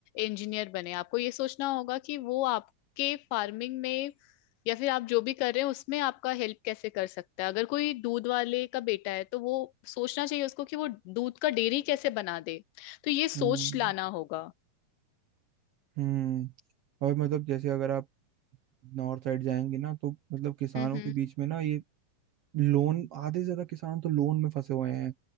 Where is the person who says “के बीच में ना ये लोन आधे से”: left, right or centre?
Right